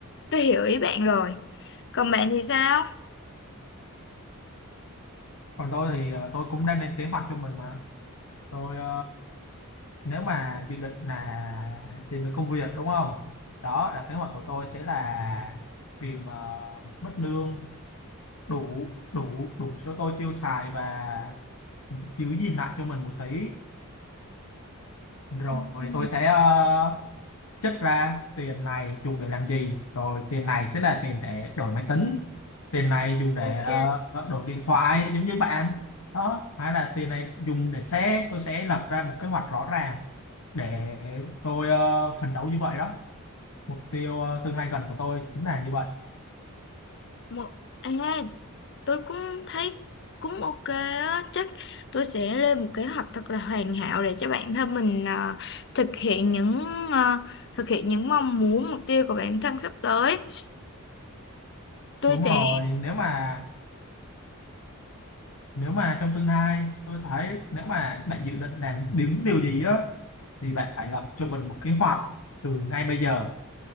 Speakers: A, on the left; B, on the left.
A: tôi hiểu ý bạn rồi còn bạn thì sao
B: còn tôi thì ờ, tôi cũng đang lên kế hoạch cho mình mà Tôi ờ, nếu mà dự định là tìm được công việc đúng không? Đó là kế hoạch của tôi sẽ là tìm ờ, một mức lương đủ đủ đủ cho tôi tiêu xài và giữ gìn lại cho mình một tí. Rồi
A: Ừ, ừ.
B: tôi sẽ ờ, chất ra tiền này dùng để làm gì rồi tiền này sẽ là tiền để đổi máy tính tiền này dùng để
A: ok
B: ờ, đổi điện thoại giống như bạn đó hay là tiền này dùng để xe tôi sẽ lập ra một kế hoạch rõ ràng để tôi ờ, phấn đấu như vậy đó mục tiêu ờ, tương lai gần của tôi chính là như vậy
A: một à, tôi cũng thấy cũng ok á chắc tôi sẽ lên một kế hoạch thật là hoàn hảo để cho bản thân mình à, thực hiện những à, thực hiện những mong muốn mục tiêu của bản thân sắp tới tôi
B: đúng
A: sẽ
B: rồi nếu mà nếu mà trong tương lai tôi thấy nếu mà bạn dự định làm những điều gì á thì bạn phải lập cho mình một kế hoạch từ ngay bây giờ